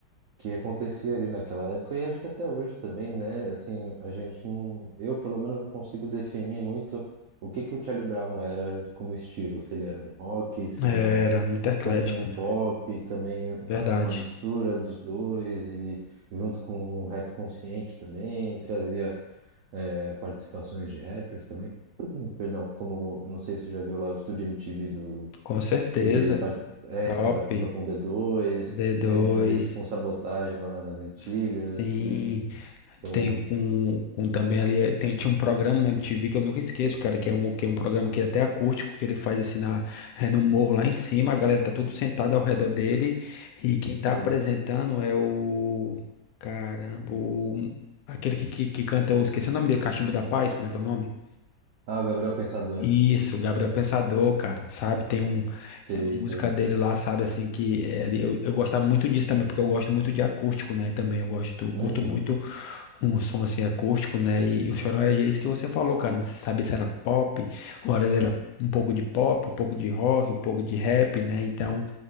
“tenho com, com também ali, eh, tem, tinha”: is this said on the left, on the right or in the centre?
Left